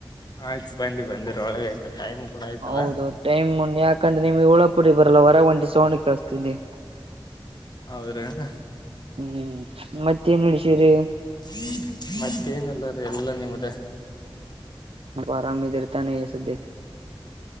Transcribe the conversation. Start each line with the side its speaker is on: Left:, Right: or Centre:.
Left: ಆಯ್ತ ಬಂದಿರ ಒಳಗ ಆಯ್ತ ಟೈಮ್ ಕೂಡ ಆಯ್ತಲ್ಲ
Right: ಹೌದ ಟೈಮ್ ಉಂಡ್ ಯಾಕಂದ್ರೆ ನಿಮ್ಗೆ ಉಳಹುಪುಡಿ ಬರಲ್ಲ ಹೊರಗ ಒಂಟಿ ಸೌಂಡ್ ಕೇಳಿಸ್ತಿದಿ.
Left: ಹೌದ್ರೀ ಹಾ
Right: ಹ್ಮ್ ಮತ್ತೇನ್ ನಡಿಸಿರಿ
Left: <unintelligible> ಮತ್ತೇನಿಲ್ಲ ರೀ ಎಲ್ಲ ನಿಮ್ದ
Right: ನಿವ್ ಆರಾಮ ಇದಿರತಾನೆ ಈ ಸಧ್ಯಕ್ಕೆ